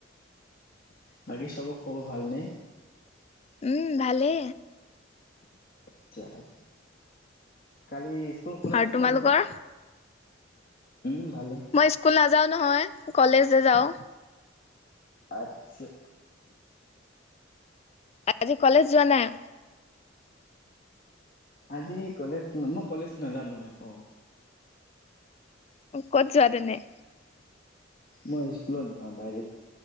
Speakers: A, on the left; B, on the left.
A: বাকী চবক খব ভালনে?
B: উম ভালে।
A: আচ্ছা আচ্ছা কালি স্কুল খোলা
B: আৰু
A: আছে
B: তোমালোকৰ
A: চাগৈ। উম ভালেই
B: মই স্কুল নাযাওঁ নহয় কলেজ যে যাওঁ।
A: আচ্ছা
B: আজি কলেজ যোৱা নাই।
A: আজি কলেজ মই কলেজ নাজানো আকৌ।
B: কত যোৱা তেনে
A: মই স্কুলত যাওঁ ডাইৰেক্ট।